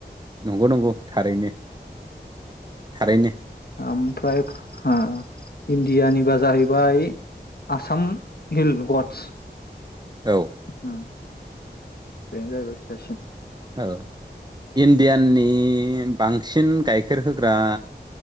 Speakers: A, on the right; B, on the left.
A: नंगौ नंगौ थारैनो थारैनो।
B: ओमफ्राय ओ इण्डियानिबा जाहैबाय आसाम हिल गडस।
A: औ।
B: उम बेनो जाहैबाय फिसासिन।
A: औ इण्डियाननि बांसिन गाइखेर होग्रा